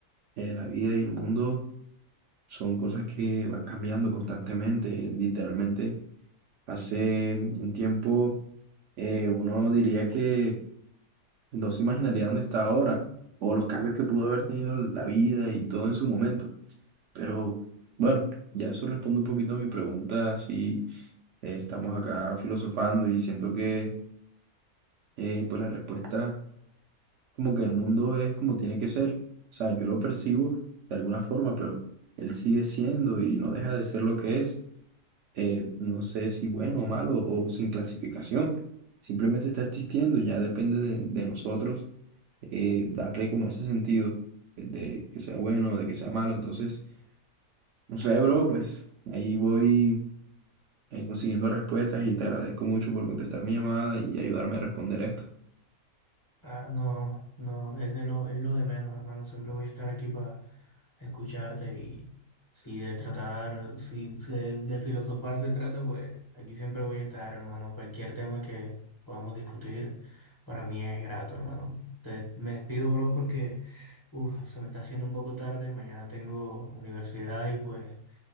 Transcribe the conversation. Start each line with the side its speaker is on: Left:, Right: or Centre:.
Right: eh, la vida y el mundo son cosas que van cambiando constantemente, literalmente. Hace un tiempo eh, uno diría que no se imaginaría dónde está ahora o los cambios que pudo haber tenido la vida y todo en su momento. Pero bueno, ya eso responde un poquito a mi pregunta, si estamos acá filosofando y siento que eh, pues la respuesta como que el mundo es como tiene que ser. O sea, yo lo percibo de alguna forma, pero él sigue siendo y no deja de ser lo que es. Eh, no sé si bueno o malo o sin clasificación. Simplemente está existiendo, ya depende de de nosotros eh, darle como ese sentido de que sea bueno, de que sea malo. Entonces, no sé, bro, pues ahí voy eh, consiguiendo respuestas y te agradezco mucho por contestar mi llamada y ayudarme a responder esto.
Left: Ah, no, no, es de lo, es lo de menos, hermano. Siempre voy a estar aquí para escucharte y si de tratar, si, si de, de filosofar se trata, pues aquí siempre voy a estar, hermano. Cualquier tema que podamos discutir, para mí es grato, hermano. Te, me despido, bro, porque uf, se me está haciendo un poco tarde. Mañana tengo universidad y pues...